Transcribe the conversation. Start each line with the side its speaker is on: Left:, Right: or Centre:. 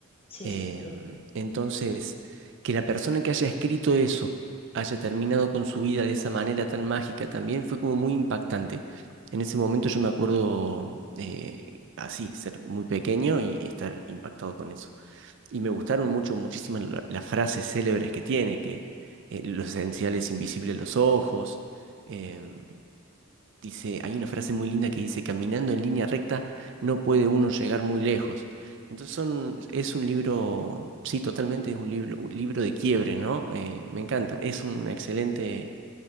Left: Sí,
Right: Em,
Left: sí, eh,
Right: entonces, que la persona que haya escrito eso haya terminado con su vida de esa manera tan mágica también fue como muy impactante. En ese momento yo me acuerdo eh, así, ser muy pequeño y estar impactado con eso. Y me gustaron mucho, muchísimas la- las frases célebres que tiene, que eh, lo esencial es invisible a los ojos. em, Dice, hay una frase muy linda que dice, caminando en línea recta no puede uno llegar muy lejos. Entonces son, es un libro, sí, totalmente es un libro, un libro de quiebre, ¿no? Eh, me encanta, es una excelente